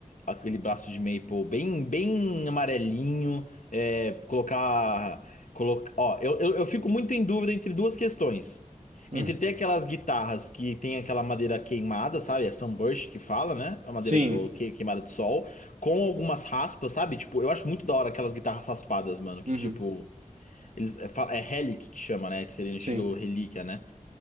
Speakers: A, on the left; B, on the right.
A: Aquele braço de maple bem, bem amarelinho. é, colocar, colocar, ó, eu, eu, eu fico muito em dúvida entre duas questões.
B: Hum.
A: Entre ter aquelas guitarras que tem aquela madeira queimada, sabe? É sunburst que fala, né? A madeira
B: Sim.
A: que- ou que- queimada de sol, com algumas raspas, sabe? Tipo, eu acho muito da hora aquelas guitarras raspadas, mano. Que
B: Uhum.
A: tipo, eles é, fa- é relic que chama, né? Que seria no estilo
B: Sim.
A: relíquia, né?